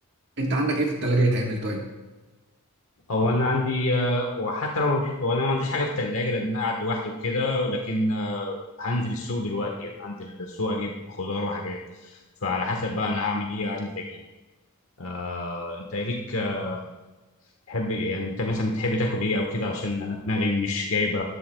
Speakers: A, on the right; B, on the left.
A: انت عندك ايه في التلاجة يتعمل طيب
B: او انا عندي أه وحتى لو ما فيش- وانا ما عنديش حاجه في الثلاجه لان انا قاعد لوحدي وكده لكن أه هنزل السوق دلوقتي يعني هنزل السوق اجيب خضار وحاجات فعلى حسب بقى انا هعمل ايه انزل اجيب أه انت إيه ليك آه، تحب يعني انت مثلا بتحب تاكل ايه او كده عشان انا دماغي مش جايبه